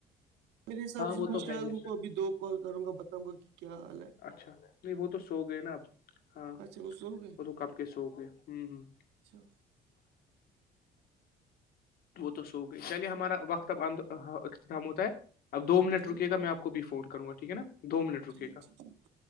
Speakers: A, on the right; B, on the left.
A: میرے حساب سے
B: وہ
A: میں
B: تو
A: شاید
B: ہے ہی
A: ان کو ابھی دو کال کروں گا بتاؤں گا کہ کیا حال ہے
B: اچھا نہیں وہ تو سو گئے نا اب ہاں
A: اچھا وہ سو گئے
B: وہ تو کب کے سو گئے ہ ہ <inaudible>
A: اچھا
B: وہ تو سو گئی چلیے ہمارا وقتب اندام ہو اب دو منٹ
A: جی
B: رکے گا میں آپ کو بھی فون کروں گا ٹھیک ہے نا دو منٹ رکے
A: جی جی
B: گا
A: ٹھیک